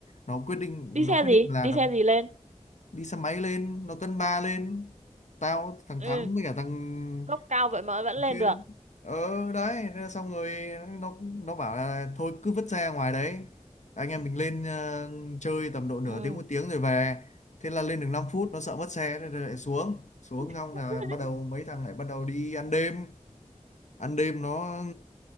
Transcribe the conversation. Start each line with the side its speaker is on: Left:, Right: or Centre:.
Left: nó quyết định
Right: Đi xe
Left: nó quyết
Right: gì?
Left: định là
Right: Đi
Left: nó
Right: xe gì lên?
Left: đi xe máy lên nó cân ba lên tao thằng
Right: Ừ,
Left: Thắng với cả thằng
Right: gốc cao vậy mà vẫn lên
Left: chuyên
Right: được.
Left: ờ đấy thế là xong rồi nó nó bảo là thôi cứ vứt xe ngoài đấy anh em mình lên ờ, chơi tầm độ nửa
Right: Ừ.
Left: tiếng một tiếng rồi về thế là lên được 5 phút nó sợ mất xe thế là lại xuống xuống xong
Right: <laughs>
Left: là bắt đầu mấy thằng lại bắt đầu đi ăn đêm ăn đêm nó